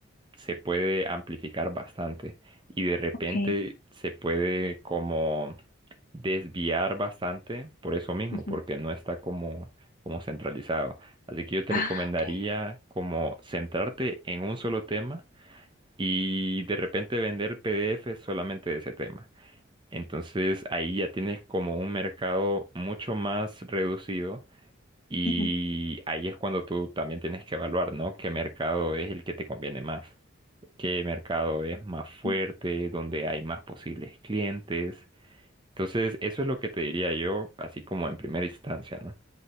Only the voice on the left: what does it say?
ok.
ujú.
Ah,
ok.
ujú,
ok.